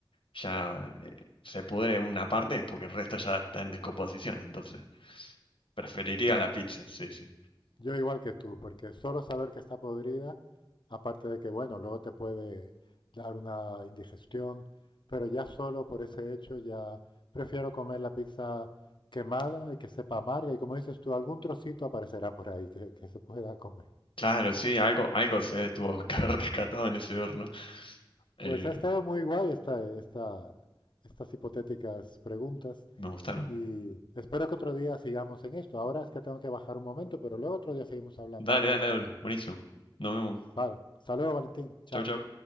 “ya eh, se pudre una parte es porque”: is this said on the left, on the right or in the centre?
Left